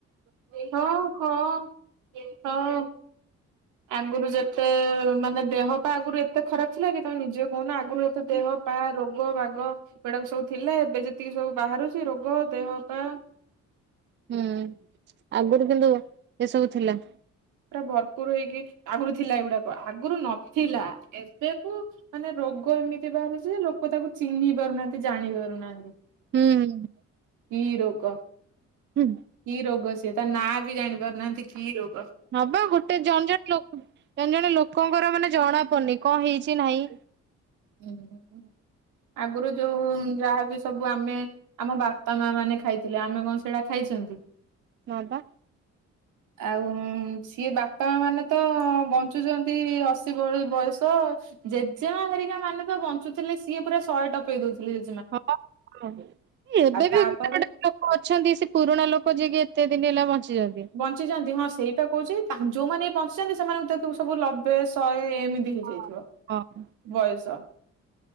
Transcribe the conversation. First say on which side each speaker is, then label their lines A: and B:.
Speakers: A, on the right; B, on the right.
A: ହଁ ହଁ ହଁ। ଆଗୁରୁ ଯେତେ ମାନେ ଦେହ ପା ଆଗରୁ ଏତେ ଖରାପ ଥିଲା କି ତମେ ନିଜେ କହୁନ ଆଗରୁ ଏତେ ଦେହ ପା ରୋଗ ବାଗ ଏଗୁଡାକ ସବୁ ଥିଲା ଏବେ ଯେତିକି ସବୁ ବାହାରୁଛି ରୋଗ ଦେହ ପା
B: ହୁଁ ଆଗରୁ କିନ୍ତୁ ଏସବୁ ଥିଲା।
A: ପୁରା ଭରପୁର ହେଇକି ଆଗରୁ ଥିଲା ଏଇଗୁଡାକ ଆଗରୁ ନଥିଲା ଏବେକୁ। ମାନେ ରୋଗ ଏମିତି ବାହାରୁଛି ଲୋକ ତାକୁ ଚିହ୍ନି ପାରୁନାହାନ୍ତି ଜାଣି ପାରୁନାହାନ୍ତି।
B: ହୁଁ।
A: କି ରୋଗ?
B: ହୁଁ।
A: କି ରୋଗ ସିଏ ତା ନାଁ ବି ଜାଣି ପାରୁନାହାନ୍ତି କି ରୋଗ।
B: ହଁ ବା ଗୋଟେ ଜଣେ ଜଣେ ଲୋକ ଜଣେ ଜଣେ ଲୋକଙ୍କର ମାନେ ଜଣା ପଡୁନି କଣ ହେଇଛି ନାହିଁ।
A: ହୁଁ ଆଗରୁ ଯୋଉ ଯାହାବି ସବୁ ଆମେ। ଆମ ବାପା ମା ମାନେ ଖାଇଥିଲେ ଆମେ କଣ ସେଟା ଖାଇଛନ୍ତି।
B: ହଁ ପା।
A: ଆଉ ସିଏ ବାପା ମାନେ ତ ବଞ୍ଚୁଚନ୍ତି ଅଶୀ ବୟ ବୟସ। ଜେଜେମା ହେରିକା ମାନେ ତ ବଞ୍ଚୁଥିଲେ ସିଏ ପୁରା ଶହେ ଟପେଇ ଦଉଥିଲେ ଏ
B: ହଁ ହ ଏବେ ବି
A: ତାପରେ
B: ଅ ଗ <inaudible> ଅଛନ୍ତି ସେ ପୁରୁଣା ଲୋକ ଯିଏକି ଏତେ ଦିନି ହେଲା ବଞ୍ଚିଚନ୍ତି।
A: ବଞ୍ଚିଚନ୍ତି ହଁ ସେଇପା କହୁଛି ତା ଯୋଉମାନେ ବି ବଞ୍ଚିଚନ୍ତି ସେମାନଙ୍କୁ ଦେଖୁବୁ ସବୁ ଲବେ ଶହେ ଏମ୍ ହେଇଯାଇଥିବ
B: ହଁ ହଁ
A: ବୟସ।